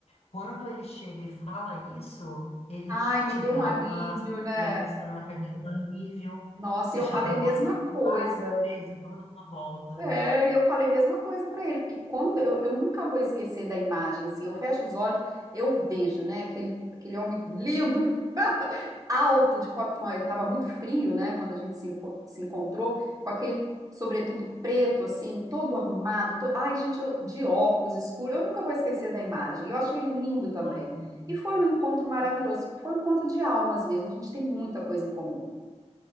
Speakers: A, on the left; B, on the right.
A: quando ele chega e fala isso, ele
B: Ai, me
A: te
B: deu
A: dá
B: um alívio,
A: uma segurança,
B: né?
A: não é verdade? Um alívio.
B: Nossa,
A: Você
B: e eu
A: já
B: falei
A: relaxa,
B: a mesma coisa.
A: fala, ai, beleza, vamos dar uma volta.
B: É, e eu falei a mesma coisa para ele, porque quando eu, eu nunca vou esquecer da imagem, assim, eu fecho os olhos, eu vejo, né, aquele, aquele homem lindo, <laughs> alto, de, quatro com ele estava muito frio, né, quando a gente se, enco- se encontrou, com aquele sobretudo preto, assim, todo arrumado, to- ai, gente, eu- de óculos escuro, eu nunca vou esquecer da imagem, eu achei ele lindo também.
A: Ai,
B: E foi um encontro maravilhoso,
A: que-
B: foi um encontro de almas mesmo, a gente tem muita coisa em comum.